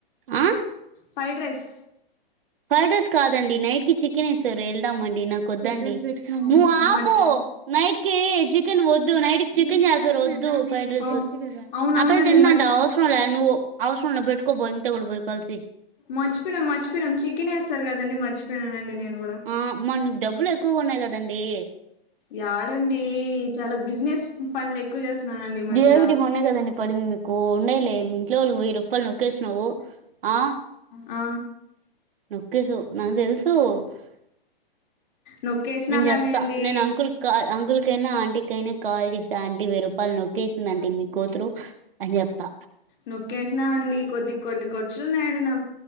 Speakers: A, on the right; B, on the left.
A: ఆ
B: ఫ్రైడ్ రైస్
A: ఫ్రైడ్ రైస్ కాదండి నైట్ కి చికెన్ వేసారు వెళ్దాంమండి నాకు వద్దు అండి
B: అవును
A: నువు ఆపు
B: మర్చి
A: నైట్ కి చికెన్ వద్దు నైట్ కి చికెన్ చేస్తారు వద్దు ఫ్రైడ్ రైస్
B: అవు- అవునవునండి
A: అ పిల్ల తినదంట
B: మర్చిపో
A: అవసరంలే నువ్ అవసరంలే పెట్టుకోబో ఎంతో కూడా పోయి కలిసి
B: మర్చిపోయినాం మర్చిపోయినాం చికెన్ వేస్తారు కదండి మర్చిపోనానండి నేను కూడా
A: ఆ మరి మీకు డబ్బులు ఎక్కువగున్నాయి కదాండి
B: యాడండి చాలా బిజినెస్ పనులు ఎక్కువ చేస్తున్నానండి ఈ మధ్య
A: దేవుడి మొన్నే కదా అండి పడింది మీకు ఉండయిలే మీ ఇంట్లో వెయ్యి రూపాయలు నొక్కేసినవు ఆ
B: ఆ
A: నొక్కేసావు నాకు తెల్సు తు
B: నొక్కేసినా
A: నేను చెప్తా
B: కానీ అండి
A: నేను అంకుల్ కాల్ అంకుల్ కైనా ఆంటీకైనా కాల్ చేసి ఆంటీ వెయ్యి రూపాళ్ళు నొక్కేసిందాంటి మీ కూతురు అని చెప్తా
B: నొక్కేసినా అండి కొద్ది కొన్ని ఖర్చులున్నాడు నా